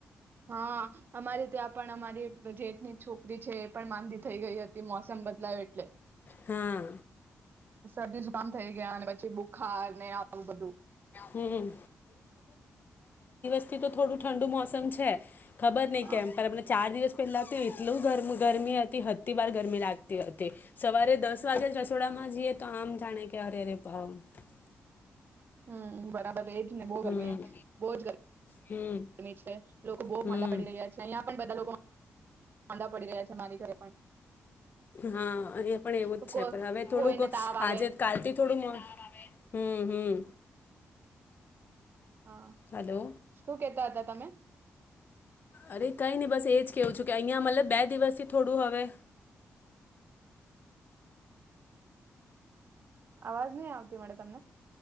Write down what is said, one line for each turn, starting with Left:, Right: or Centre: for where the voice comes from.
Right: હા અમારી ત્યાં પણ અમારી જેઠની છોકરી છે એ પણ માંદી થઈ ગઈ હતી મોસમ બદલાયો એટલે.
Left: હમ્મ.
Right: કામ થઈ ગયા અને પછી બુખાર ને આવું બધું.
Left: હમ થી તો થોડું ઠંડુ મોસમ છે. ખબર નહિ
Right: હા
Left: કેમ અમને ચાર દિવસ પેલા તો એટલું ગર ગરમી હતી અતિ વાર ગરમી લાગતી હતી સવારે દસ વાગે જ રસોડામાં જઈએ તો આમ જાણે <unintelligible>
Right: હમ્મ બરાબર એજ બહુ
Left: હમ
Right: ગરમી બહુ જ ગરમી
Left: હમ
Right: છે લોકો બહુ
Left: હમ
Right: માંદા પડી રહ્યા છે અહિયાં પણ બધા લોકો માંદા પડી રહ્યા છે મારી ઘરે પણ.
Left: હા એ પણ એવું જ
Right: અ
Left: છે
Right: કો
Left: પણ હવે થોડુંક
Right: કોઈને તાવ આવે
Left: આજે કાલથી થોડું હમ્મ હમ્મ
Right: હા
Left: હલો
Right: શું કેતા હતા? તમે.
Left: અરે કઈ નઈ બસ એજ કેવું છું કે અહિયાં મતલબ બે દિવસથી થોડું હવે
Right: અવાજ નહી આવતી મળે તમને?